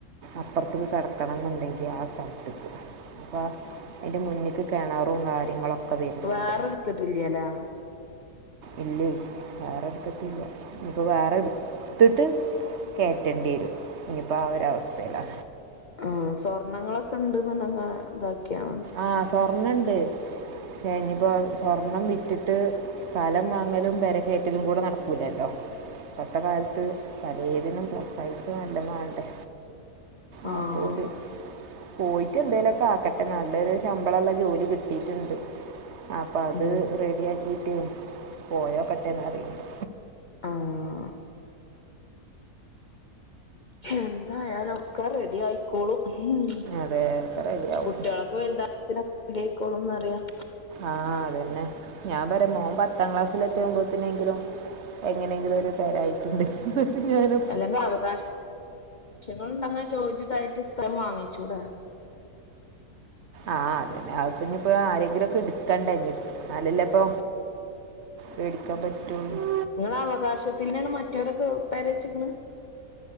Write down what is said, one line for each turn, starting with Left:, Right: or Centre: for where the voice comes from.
Right: അപ്പർത്ത്ക്ക് കടക്കണംന്ന്ണ്ടെങ്കി ആ സ്ഥൽത്ത്ക്ക് അപ്പോ അയിന്റെ മുന്ന്ക്ക് കെണറും കാര്യങ്ങളൊക്കെ വര്ണ്ണ്ട്.
Left: വേറെ ഇട്ത്തിട്ടില്ല്യലേ
Right: ഇല്ലേ വേറെടുത്തിട്ടില്ല. ഇനിയിപ്പോ വേറെ ഇടുത്തിട്ട് കേറ്റണ്ടിയേരും ഇനിയിപ്പോ ആ ഒരവസ്ഥയിലാ.
Left: ആഹ് സ്വർണ്ണങ്ങളൊക്കെ ഇണ്ട്ന്ന്ണ്ടെങ്കി ആ താക്കിയാ
Right: ആഹ് സ്വർണണ്ട്. ക്ഷേ നിപ്പോ സ്വർണം വിറ്റിട്ട് സ്ഥലം വാങ്ങലും പെര കേറ്റലും കൂടെ നടക്കൂലല്ലോ? ഇപ്പത്തെ കാലത്ത് പലേതിനും പ്പൊ പൈസ നല്ലം വാണ്ടേ?
Left: ആഹ്
Right: ആ പ്പോല് പോയിട്ട് എന്തേലൊക്കെ ആക്കട്ടെ നല്ലൊരു ശമ്പളള്ള ജോലി കിട്ടീ ട്ട്ണ്ട്. അപ്പൊ അത്
Left: ആഹ്
Right: റെഡിയാക്കീട്ടേ പോയോക്കട്ടെന്നറീണ്ണ്ട്.
Left: ആഹ്. എന്തായാലൊക്കെ റെഡിയായി ക്കോളും. ഉം,
Right: അതെ ഒക്കെ റെഡിയാവും
Left: കുട്ടിയോളൊക്കെ വൽതാകുമ്പതിനൊക്കെ റെഡിയായിക്കോളുംന്നറിയും.
Right: ആ അതന്നെ ഞാൻ പറീം മോൻ പ ത്താം ക്ലാസ്സിലെത്തിമ്പോത്തനെങ്കിലും എങ്ങനെങ്കിലും ഒരു പെരായിട്ട്ണ്ടങ്കിറീം ഞാന്.
Left: അല്ലെങ്കി അവകാശ ശങ്ങൾണ്ടങ്ങി ചോദിച്ചിട്ടായിട്ട് സ്ഥലം വാങ്ങിച്ചൂടെ?
Right: ആഹ് അതന്നെ അത്പ്പൊന്നിപ്പോ ആരെങ്കിലൊക്കെ ഇട്ക്കണ്ടേഞ്ഞി ന്നാല്ലല്ലേപ്പൊ വേടിക്കാൻ പ റ്റൊള്ളൂ.
Left: ഇങ്ങളെ അവകാശത്തിന്നേണ് മറ്റവരൊക്കെ പെരവെച്ച്ക്ക്‌ണ്?